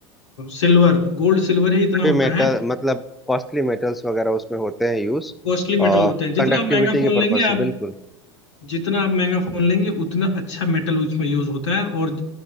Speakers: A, on the left; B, in the centre.
A: सिल्वर गोल्ड सिल्वर ही इतना
B: भी मेटल
A: होता है
B: मतलब कॉस्टली मेटल्स वगैरह उसमें होते हैं यूज
A: कॉस्टली मेटल
B: और
A: होते हैं जितना
B: कंडक्टिविटी
A: आप महंगा
B: के
A: फोन
B: पर्पज
A: लेंगे
B: से
A: आप
B: बिल्कुल
A: जितना आप महंगा फोन लेंगे उतना अच्छा मेटल उसमें यूज होता है और